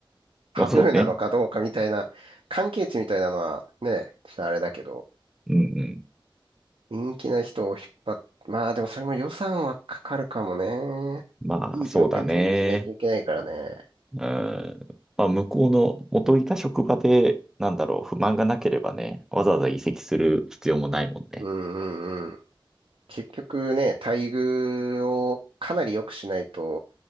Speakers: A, on the right (about 70°); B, in the centre.
A: タブーなのかどうかみたいな、
B: まあそうね。
A: 関係値みたいなのはね、ちょっとあれだけど、
B: うんうん。
A: 人気な人を引っ張っ、まあでもそれも予算はかかるかもね。
B: まあそうだね。
A: いい条件提示しないといけないからね。
B: うん。まあ向こうの元いた職場で、なんだろう、不満がなければね、わざわざ移籍する必要もないもんね。
A: うんうんうん。結局ね、待遇をかなり良くしないと